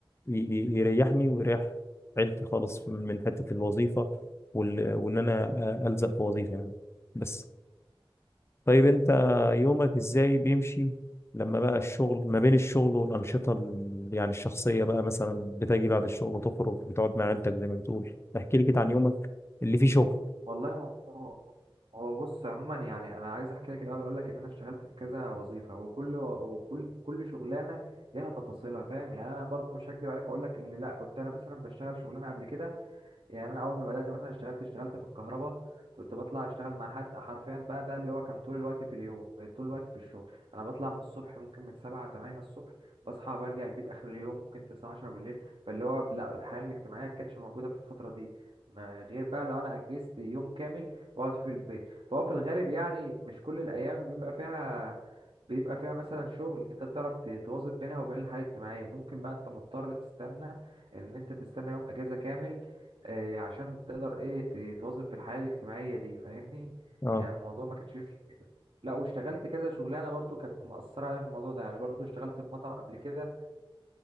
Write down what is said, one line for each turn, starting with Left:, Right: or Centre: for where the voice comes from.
Left: ي... ي- يريحني ويريح عيلتي خالص من من حته الوظيفه وال... وان انا الزق في وظيفه يعني بس طيب انت يومك ازاي بيمشي لما بقى الشغل ما بين الشغل والأنشطة ال- يعني الشخصية بقى مثلا بتجي بعد الشغل تخرج بتقعد مع عيلتك زي ما بتقول احكي لي كده عن يومك اللي فيه شغل
Right: والله هو هو بص عموما يعني انا عايز احكي لك الاول اقول لك ان انا اشتغلت في كذا وظيفه وكل وكل كل شغلانه ليها تفاصيلها فاهم يعني انا برضو مش هكدب عليك واقول لك ان لا كنت انا مثلا بشتغل شغلانه قبل كده يعني انا اول ما بدات مثلا اشتغلت اشتغلت في الكهرباء كنت بطلع اشتغل مع حد حرفيا بقى ده اللي هو كان طول الوقت في اليوم طول الوقت في الشغل انا بطلع من الصبح ممكن من سبعة تمانية الصبح بصحى برجع البيت اخر اليوم ممكن تسعة عشرة بالليل فاللي هو لا الحياه الاجتماعيه كانتش موجوده في الفتره دي ما غير بقى لو انا اجزت يوم كامل بقعد فيه في البيت فهو في الغالب يعني مش كل الايام بيبقى فيها بيبقى فيها مثلا شغل انت بتعرف ت- تواظب بينها وبين الحياه الاجتماعيه ممكن بقى انت مضطر تستنى ان انت تستنى يوم اجازه كامل آه، عشان تقدر ايه ت- تواظب في الحياة الاجتماعية دي فاهمني
Left: اه
Right: يعني الموضوع ما كانش يمشي كده لا واشتغلت كذا شغلانة برضو كانت مأثرة عليا في الموضوع ده يعني برضو اشتغلت في مطعم قبل كده